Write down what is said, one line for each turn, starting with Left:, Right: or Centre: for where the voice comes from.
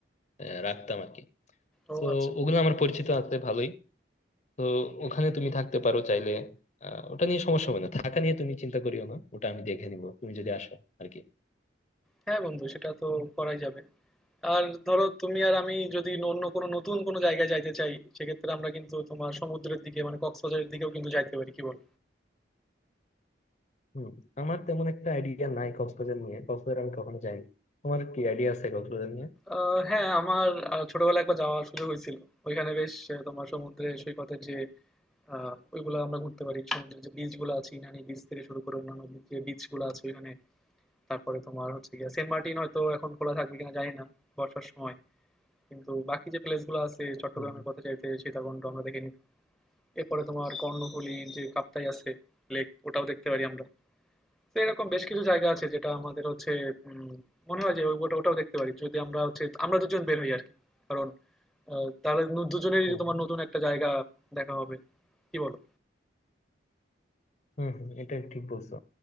Left: আহ, রাখতাম আর কি
Centre: ও
Left: তো
Centre: আচ্ছা
Left: ওগুলো আমার পরিচিত আছে ভালোই তো ওখানে তুমি থাকতে পারো চাইলে আহ, ওটা নিয়ে সমস্যা হবে না থাকা নিয়ে তুমি চিন্তা করিও না ওটা আমি দেখে নিবো তুমি যদি আসো আর কি
Centre: হ্যাঁ বন্ধু সেটা তো করাই যাবে আর ধরো তুমি আর আমি যদি অন্য কোনো নতুন কোনো জায়গায় যাইতে চাই সেক্ষেত্রে আমরা কিন্তু তোমার সমুদ্রের দিকে মানে কক্সবাজারের দিকেও কিন্তু যাইতে পারি কি বল
Left: হুম আমার তেমন একটা আইডিয়া নাই কক্সবাজার নিয়ে কক্সবাজার আমি কখনো যাইনি তোমার কি আইডিয়া আছে কক্সবাজার নিয়ে
Centre: আহ, হ্যাঁ আমার আহ, ছোটবেলায় একবার যাওয়ার সুযোগ হয়েছিল ওইখানে বেশ আহ, তোমার সমুদ্রে সৈকতের যে আহ, ওইগুলো আমরা ঘুরতে পারি সমুদ্রের যে বিচ গুলো আছে ইনানি বিচ থেকে শুরু করে অন্যান্য যে বিচ গুলো আছে ওইখানে তারপরে তোমার হচ্ছে গিয়ে সেন্ট মার্টিন হয়তো এখন খোলা থাকবে কিনা জানি না বর্ষার সময় কিন্তু বাকি যে প্লেস গুলো আছে চট্টগ্রামের
Left: হুম
Centre: কথা চাইতে সীতাকুণ্ড আমরা দেখে নিতে এরপরে তোমার কর্ণফুলী যে কাপ্তাই আছে লেক ওটাও দেখতে পারি আমরা তো এরকম বেশ কিছু জায়গা আছে যেটা আমাদের হচ্ছে উম, মনে হয় যে ওই- ওটা ওটাও দেখতে পারি যদি আমরা হচ্ছে আমরা দুজন বের হই আর কি কারণ আহ, তাহলে নু- দুজনেরই
Left: হুম
Centre: তোমার নতুন একটা জায়গা দেখা হবে কি বলো
Left: হুম হুম, এটা ঠিক বলছো